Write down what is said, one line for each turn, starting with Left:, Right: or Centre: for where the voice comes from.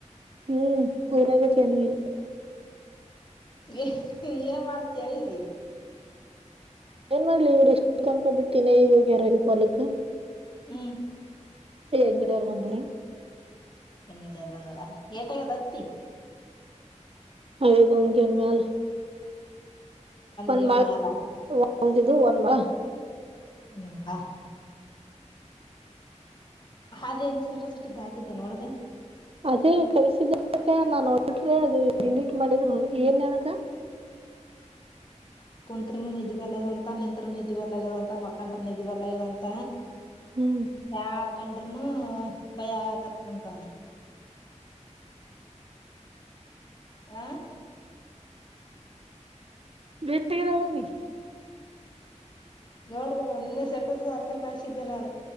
Right: ಹ್ಮ್ ಕುರೆದಕೇನು ಇಲ್ಲ.
Left: ಏನ್ ಮಾಡ್ತಿ ಅಡಿಗಿ.
Right: ಏನ್ ಮಾಡ್ಲಿ ಇವರ್ ಇಷ್ಟ ತನ್ಕ ಬಿಟ್ ಇನ್ನ ಇಗ್ ಹೋಗ್ಯಾರ ಒರುಕ್ ಹೊಲ್ಕ.
Left: ಹ್ಮ್
Right: ಎಂಗ್ಯಿಡಿಯಾರ್ ಬಂದಾರ.
Left: ಎಣ್ಣಿ ಹೊಡಿಯರ್ ಬಂದಾರ ಹೆಟಾಗೆದ್ ಹತ್ತಿ.
Right: <unintelligible> ದುನ್ಗೆನ್ ಮ್ಯಾಲ. ಒಂದ್
Left: ಗೇಣ್
Right: ಮಾಳ್
Left: ಮ್ಯಾಲ
Right: ಒಂದ್ ಇದು ಒಂದ್ ಮಳ.
Left: ಒಂದ್ ಮಾಳ. ಹಾದೆಂಗ್ ಸಟ ಸೆಟ್ಟಿದಾಗಿದ್ದೆ ನೋಡ್ದ.
Right: ಅದೇ ಕಾಳ್ಸಿದ್ದಲ್ಲಕ ನಾನ್ ನೋಡ್ರ ಅದು ಡಿಲೀಲಿಟ್ ಮಾಡಿದ್ರವ್ರು ಏನ್ ಹೇಳಕ್ಕ.
Left: ಕುಂತ್ರುನು ನಿದ್ ಬರ್ಲದಂತ ನಿಂತತ್ರು ನಿದ್ ಬಾರ್ಲಗೇದಂತ ಮಕ್ಕಂಡ್ರು ನಿದ್ ಬರ್ಲಗೆದಂತ.
Right: ಹ್ಮ್.
Left: ಯಾರ್ಕಂಡ್ರುನು ಭಯ ಆಗಕತದಂತ್ ಅವ್ನಿಗ್. ಹಾ.
Right: ಬಿಟ್ಟಿಗಿದಳವ್ನಿಗೆ.
Left: ನೋಡ್ದೆ ನ ನಿನ್ನೆ ಸ್ಟೇಟಸು ಅದ್ಕ ಕಳ್ ಸಿದ್ದೆ ನಾನು.